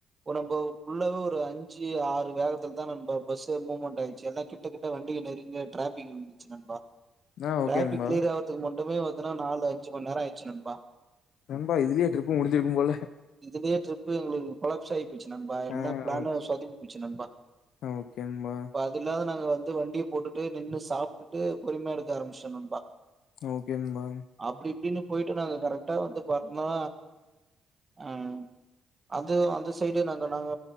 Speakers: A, on the right; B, on the left.
A: ஒடம்பு புல்லாவ ஒரு அஞ்சு ஆறு வேகத்துலதா நண்பா பஸ்ஸீ மூவ்மெண்ட் ஆயிடுச்சி எல்லா கிட்ட கிட்ட வண்டி நெருங்க டிராஃபிக் வந்திருச்சி நண்பா
B: ஆ
A: டிராஃபிக்
B: ஓகே நண்பா
A: கிளியர் ஆவுறதுக்கு மட்டுமே பாத்தனா நாலு அஞ்சு மண் நேர ஆயிடுச்சி நண்பா
B: நண்பா இதுலயே ட்ரிப்பு முடிஞ்சிருக்கு போல
A: இதுலயே ட்டிரிப்பு எங்களுக்கு கொலாப்ஸ் ஆயி போயிடுச்சி நண்பா எல்லா
B: ஆ
A: பிளானு சொதப்பி போச்சு நண்பா
B: ஓகே நண்பா
A: அதுனால நாங்க வந்து வண்டிய போட்டுட்டு நின்னு சாப்டுட்டு பொறுமையா எடுக்க ஆரம்பிச்டோ நண்பா
B: ஓகே நண்பா
A: அப்டி இப்டின்னு போயிட்டு நாங்க கரெக்டா வந்து பாத்தோனா அம் அது வந்துஸ் போயிட்டு நாங்க நாங்க